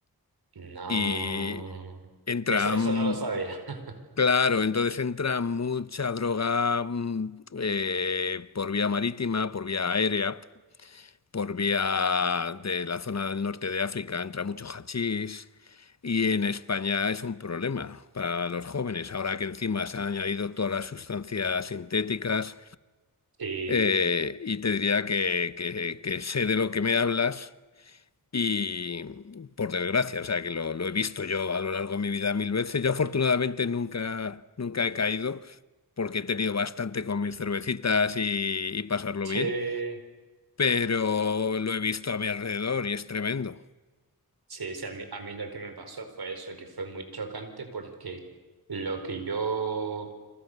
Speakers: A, on the right (about 70°); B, on the left (about 45°).
A: no.
B: y entra,
A: Es- eso
B: mm,
A: no lo sabía. <laughs>
B: claro, entonces entra mucha droga mm, eh, por vía marítima, por vía aérea, por vía de la zona del norte de África, entra mucho hachís y en España es un problema para los jóvenes, ahora que encima se han añadido todas las sustancias sintéticas
A: Sí,
B: eh, y te diría que, que que sé de lo que me hablas y por desgracia, o sea, que lo, lo he visto yo a lo largo de mi vida mil veces. Yo afortunadamente nunca, nunca he caído porque he tenido bastante con mis cervecitas y, y pasarlo
A: sí,
B: bien, pero lo he visto a mi alrededor y es tremendo.
A: sí, sí, a mí, a mí lo que me pasó fue eso, que fue muy chocante porque lo que yo